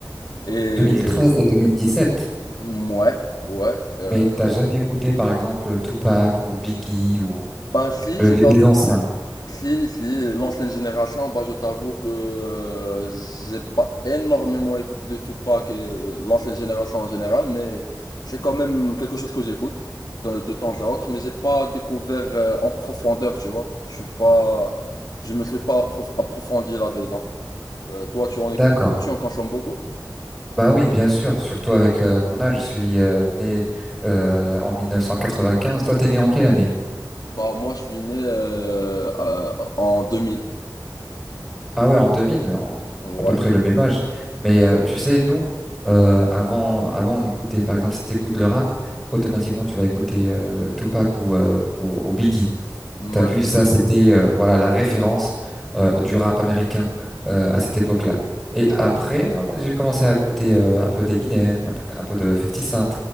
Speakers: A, on the left; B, in the centre.
A: Et.
B: 2013 et 2017.
A: Ouais, ouais. euh,
B: Mais t'as jamais écouté, par exemple, Tupac ou Biggie ou
A: bah si,
B: le-
A: je
B: les
A: t'avoue.
B: les anciens.
A: Si, si, l'ancienne génération, bah, je t'avoue que euh, j'ai pas énormément écouté de Tupac et l'ancienne génération en général, mais c'est quand même quelque chose que j'écoute de, de temps à autre, mais j'ai pas découvert euh, en profondeur, tu vois. Je suis pas, je me suis pas approf- approfondi là-dedans. Euh, toi, tu en écoutes
B: D'accord.
A: beaucoup, tu en consommes beaucoup?
B: Bah oui, bien sûr, surtout avec euh, mon âge. Je suis euh, né euh, en 1995. Toi, t'es né en quelle année?
A: Bah, moi, je suis né euh, euh, en 2000.
B: Ah ouais, en 2000, mais en-
A: Ouais,
B: à peu près le même âge. Mais euh, tu sais, nous, euh, avant, avant, on écoutait, par exemple, si t'écoutes le rap, automatiquement, tu vas écouter euh, Tupac ou, euh, ou, ou Biggie.
A: ouais,
B: T'as vu ça, c'était euh, voilà la référence euh, du rap américain euh, à cette époque-là. Et
A: ouais,
B: après, on a- j'ai commencé à écouter euh, un peu d'Eminem, un peu, un peu de Fifty Cent.